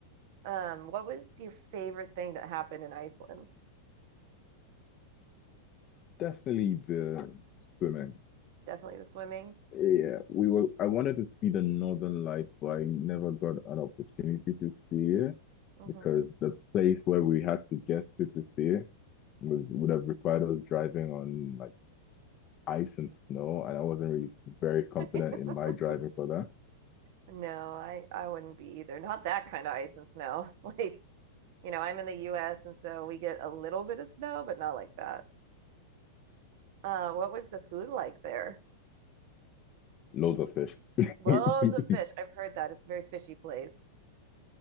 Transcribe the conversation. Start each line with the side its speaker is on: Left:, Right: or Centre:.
Right: Um, what was your favorite thing that happened in Iceland?
Left: definitely the swimming.
Right: Definitely the swimming.
Left: Yeah, we were. I wanted to see the Northern Lights, but I never got an opportunity to see it
Right: hmm
Left: because the place where we had to get to to see it was would have required us driving on like ice and snow, and I wasn't really very confident
Right: <laughs>
Left: in my driving for that.
Right: No, I I wouldn't be either. Not that kind of ice and snow. <laughs> Like, you know, I'm in the US and so we get a little bit of snow, but not like that. Uh, what was the food like there?
Left: Loads of fish.
Right: Loads
Left: <laughs>
Right: of fish. I've heard that. It's a very fishy place.